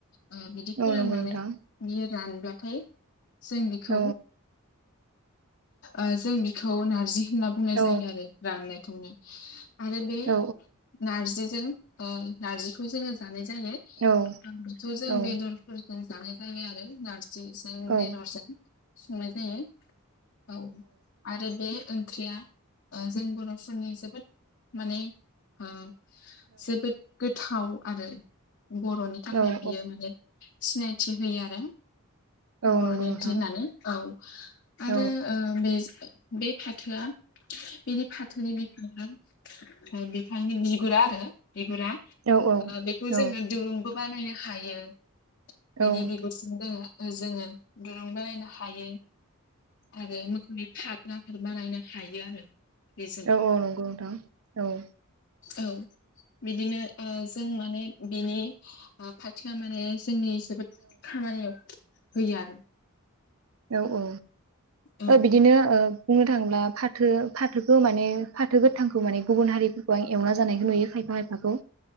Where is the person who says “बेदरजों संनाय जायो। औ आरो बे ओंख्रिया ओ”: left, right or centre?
Left